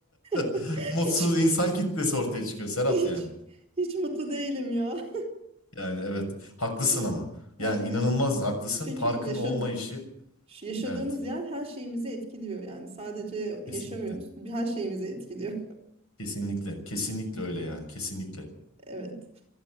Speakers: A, on the right; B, on the left.
A: <laughs>
B: <laughs> mutsuz
A: Hiç
B: insan kitlesi ortaya çıkıyor
A: <laughs>
B: Serap
A: hiç
B: yani.
A: hiç mutlu değilim ya.
B: Yani evet haklısın
A: <laughs>
B: ama.
A: Haklıyım
B: Yani inanılmaz
A: değil mi?
B: haklısın.
A: Çünkü
B: Parkın
A: yaşadı
B: olmayışı
A: yaşadığımız
B: evet
A: yer her şeyimizi etkiliyor yani. Sadece yaşamıyoruz.
B: kesinlikle.
A: Her şeyimizi etkiliyor.
B: Kesinlikle. Kesinlikle öyle yani. Kesinlikle.
A: Evet.